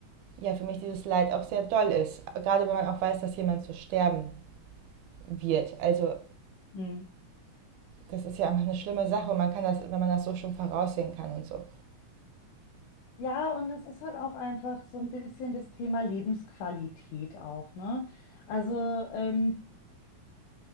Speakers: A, on the right; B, on the left.
A: ja für mich dieses Leid auch sehr doll ist. Gerade wenn man auch weiß, dass jemand so sterben wird. Also äh,
B: Mm.
A: das ist ja einfach eine schlimme Sache und man kann das, wenn man das so schon voraussehen kann und so.
B: Ja, und es ist halt auch einfach so ein bisschen das Thema Lebensqualität auch, ne? Also ähm,